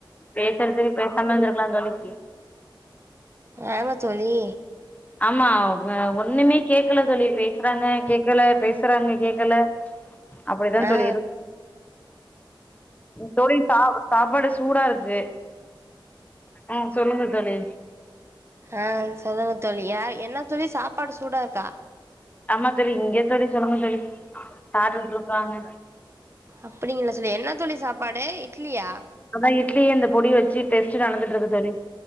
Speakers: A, on the left (about 15°); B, on the right (about 30°).
A: பேசுறதுக்கு பேசாம இருந்திருக்கலா தோழி
B: ஆமா தோழி
A: ஆமா ஆ ஒண்ணுமே கேக்கல தோழி பேசுறாங்க கேக்கல பேசுறாங்க கேக்கல அப்டிதா
B: ஆ
A: தோழி இருக் தோழி சா சாப்பாடு சூடா இருக்கு ஆஹ் சொல்லுங்க தோழி
B: ஆஹ் சொல்லுங்க தோழி யா என்ன தோழி சாப்பாடு சூடா இருக்கா
A: ஆமா தோழி இங்க தோழி சொல்லுங்க தோழி சார் வந்துருக்றாங்க
B: அப்டிங்களா சொன்ன என்ன ன்னதோழி சாப்பாடு இட்லியா
A: அதா இட்லி அந்த பொடி வச்சு டெஸ்ட் நடந்துட்டு இருக்கு தோழி